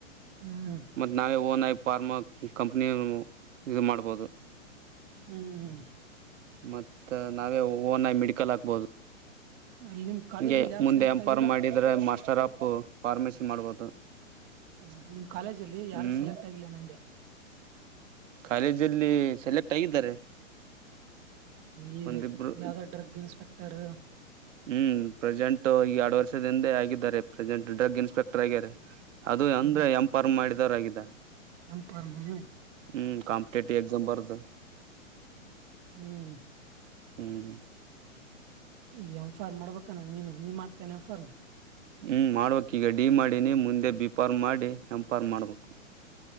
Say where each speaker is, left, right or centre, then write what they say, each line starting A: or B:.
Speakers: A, on the right; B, on the right.
A: ಹ್ಮ್.
B: ಮತ್ತು ನಾವೇ ಓನ್ ಆಗಿ ಫಾರ್ಮಾ ಕಂಪ್ನಿ ಇದು ಮಾಡ್ಬೋದು.
A: ಹ್ಮ್.
B: ಮತ್ತ ನಾವೇ ಓನ್ ಮೆಡಿಕಲ್ ಹಾಕ್ಬಹದು.
A: ಅಲ್ಲಿ ನಿಮ್. ಕಾಲೇಜ್ದಾಗ
B: ಹಂಗೆ
A: ಯಾರು
B: ಮುಂದೆ
A: ಸೆಲೆಕ್ಟ್
B: ಇಂಫರ್ಮ್
A: ಆಗಿಲ್ಲ
B: ಮಾಡಿದ್ರೆ ಮಾಸ್ಟರ್ ಆಫ ಫಾರ್ಮಸಿ ಮಾಡ್ಬೋದು.
A: ಹ್ಮ್ ನಿಮ್ ಕಾಲೇಜ ಅಲ್ಲಿ ಯಾರು
B: ಹ್ಮ್
A: ಸೆಲೆಕ್ಟ್ ಆಗಿಲ್ಲ ನಂದೆ.
B: ಕಾಲೇಜಲ್ಲಿ ಸೆಲೆಕ್ಟ್ ಆಗಿದ್ದಾರೆ.
A: ಈ
B: ಒಂದಿಬ್ರು
A: ಯಾವ್ದೋ ಡ್ರಗ್ ಇನ್ಸ್ಪೆಕ್ಟರು.
B: ಹ್ಮ್ ಪ್ರೆಸೆಂಟ್ ಈಗ ಎರಡು ವರ್ಷದಿಂದೆ ಆಗಿದ್ದಾರೆ ಪ್ರೆಸೆಂಟ್ ಡ್ರಗ್ ಇನ್ಸ್ಪೆಕ್ಟರ್ ಆಗ್ಯಿದ್ದಾರೆ ಅದು ಅಂದ್ರೆ
A: ಹ್ಮ್
B: ಎಂಫಾರ್ಮ್ ಮಾಡಿದವರ ಆಗಿದ್ದಾರೆ
A: ಎಂ ಫಾರ್ಮ್ ಹ್ಮ್
B: ಹಾಮ್ ಕಾಂಪಿಟೇಟಿವ್ ಎಕ್ಸಾಮ್ ಜಂಬಾರದ
A: ಹಾಂ
B: ಹಾಮ್
A: ಈಗ ಎಂಫಾರ್ಮಾ ಮಾಡ್ಬೇಕಾನ ನೀನು ನೀನ್ ಮಾಡ್ತೇನೆ ಎಂಫಾರ್ಮಾ
B: ಹಾಮ್ ಮಾಡ್ಬೇಕ್ ಈಗ ಡಿ ಮಾಡಿನಿ ಮುಂದೆ ಬಿ ಫಾರ್ಮ್ ಮಾಡಿ ಎಂ ಫಾರ್ಮ್ ಮಾಡ್ಬೇಕು